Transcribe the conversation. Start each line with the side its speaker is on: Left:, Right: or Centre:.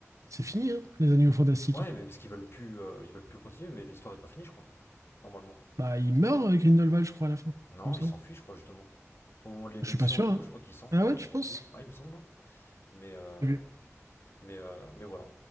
Right: C'est fini, hein, les animaux fantastiques.
Left: Ouais, mais parce qu'ils veulent plus, euh, ils veulent plus continuer, mais l'histoire est pas finie, je crois. Normalement.
Right: Bah, il meurt, euh, Grindelwald, je crois, à la fin.
Left: Non,
Right: Il me semble.
Left: ils s'enfuient, je crois, justement. Au moment de l'élection
Right: Je suis pas sûr.
Left: et tout,
Right: hein.
Left: je crois qu'ils s'enfuient.
Right: Ah
Left: Ah,
Right: ouais, tu
Left: je sais
Right: penses
Left: plus. Ouais, il me semble, non. Mais, euh,
Right: Je l'ai vu.
Left: mais, euh, mais voilà.